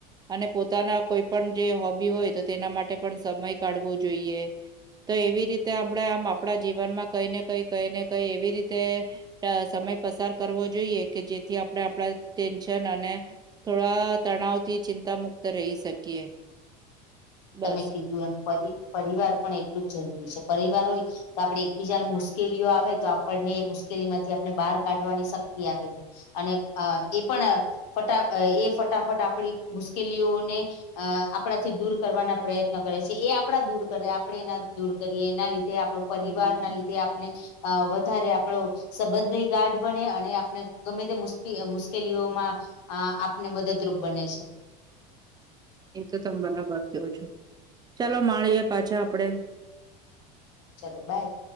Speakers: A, on the right; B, on the left.
A: અને પોતાના કોઈ પણ જે હોબી હોય, તો તેના માટે પણ સમય કાઢવો જોઈએ. તો એવી રીતે આપણે આમ આપણા જીવનમાં કઈ ને કઈ, કઈ ને કઈ એવી રીતે ત સમય પસાર કરવો જોઈએ, કે જેથી આપણે આપણા ટેન્શન અને થોડા તણાવથી ચિંતા મુુક્ત રહી શકીએ. બસ
B: તમે કીધું એમ, પરી પરિવાર પણ એટલું જ જરૂરી છે, પરિવાર હોય તો આપડે એકબીજાની મુશ્કેલીઓ આવે, તો આપણને એ મુશ્કેલીમાંથી આપને બહાર કાઢવાની શક્તિ આપે છે. અને અ એ પણ ફટા એ ફટાફટ આપણી મુશ્કેલીઓને અ આપણાથી દૂર કરવાના પ્રયત્ન કરે છે, એ આપણા દૂર કરે, આપણે એના દૂર કરીએ, એના લીધે આપણો પરિવારના
A: હમ.
B: લીધે આપણે અ વધારે આપણો સંબંધી ગાઢ બને અને આપણે ગમે તે મુ મુશ્કેલીઓમાં આ આપને મદદરૂપ બને છે
A: એ તો તમે બરાબત કયો છો, ચાલો માળીએ પાછા આપણે
B: ચાલો, બાય